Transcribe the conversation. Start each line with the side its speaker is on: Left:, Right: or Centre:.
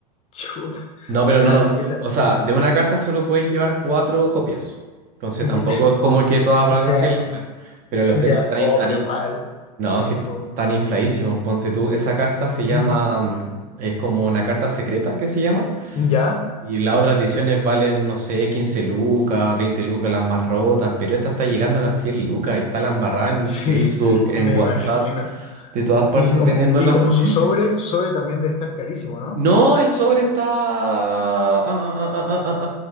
Left: Chuta,
Right: No, pero
Left: caleta.
Right: no, o sea, de una carta solo puedes llevar cuatro copias, entonces
Left: Ya,
Right: tampoco es como que todas valgan
Left: ya,
Right: 100 lucas, pero los
Left: ya.
Right: precios están,
Left: Oh,
Right: i- están
Left: pero
Right: i-
Left: igual.
Right: No,
Left: Sí,
Right: si están
Left: po.
Right: infladísimos, ponte tú. Esa carta se llama,
Left: ¿Mm?
Right: mm, es como una carta secreta que se llama.
Left: ¿Ya?
Right: Y las otras ediciones valen, no sé, 15 lucas, 20 lucas las más rotas, pero esta está llegando a las 100 lucas y está la embarrada en
Left: Sí,
Right: Facebook,
Left: <laughs>
Right: en
Left: me
Right: WhatsApp,
Left: imagino.
Right: de todas partes
Left: Y como,
Right: vendiendo
Left: y
Right: las
Left: como
Right: cuestiones.
Left: su sobre, su sobre también debe estar carísimo, ¿no?
Right: No, el sobre está. ah, ah, ah, ah, ah, ah.